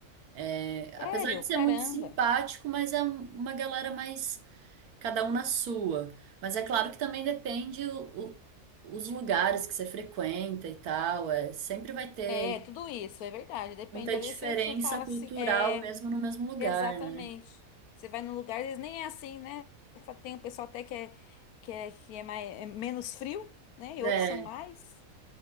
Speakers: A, on the right (about 90°); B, on the left (about 80°).
A: É,
B: Sério?
A: apesar de ser
B: Caramba.
A: muito simpático, mas é um- uma galera mais cada um na sua. Mas é claro que também depende o, o- os lugares que você frequenta e tal. É, sempre vai ter.
B: É, tudo isso, é verdade. Depende.
A: Muita
B: Às
A: diferença
B: vezes você, você fala
A: cultural
B: assim. é,
A: mesmo no mesmo lugar,
B: Exatamente.
A: né?
B: Você vai num lugar, eles nem é assim, né? Tem o pessoal até que é, que é, que é, mais, é menos frio, né? E
A: É,
B: outros são mais.